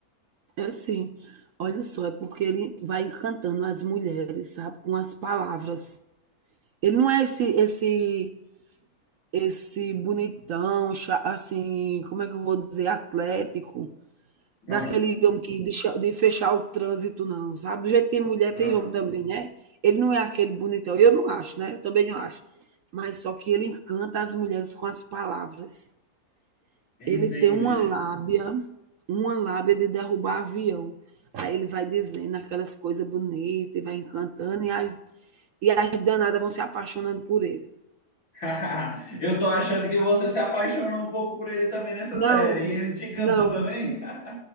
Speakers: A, on the right; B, on the left.
A: É assim. Olha só, é porque ele vai encantando as mulheres, sabe? Com as palavras. Ele não é esse, esse esse bonitão, cha- assim, como é que eu vou dizer, atlético,
B: Aham,
A: daquele homem que de, de fechar o trânsito, não, sabe? Do jeito que tem mulher,
B: aham.
A: tem homem também, né? Ele não é aquele bonitão, eu não acho, né? Eu também não acho. Mas só que ele encanta as mulheres com as palavras.
B: Entendi.
A: Ele tem uma lábia, uma lábia de derrubar avião. Aí ele vai dizendo aquelas coisas bonitas e vai encantando, e as, e as danadas vão se apaixonando por ele.
B: <laughs> Eu tô achando que você se apaixonou um pouco por ele também nessa
A: Não,
B: série. E ele te encantou
A: não,
B: também? <laughs>